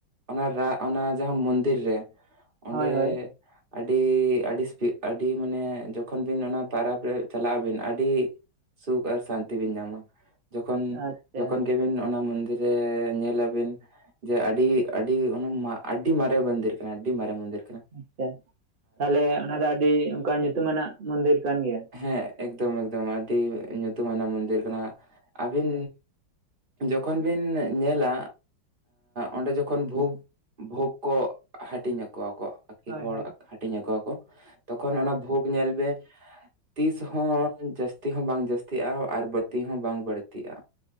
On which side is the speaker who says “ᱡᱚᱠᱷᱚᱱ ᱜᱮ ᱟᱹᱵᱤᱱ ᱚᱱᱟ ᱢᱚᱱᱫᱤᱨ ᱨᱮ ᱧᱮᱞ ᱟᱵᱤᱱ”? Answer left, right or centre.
Right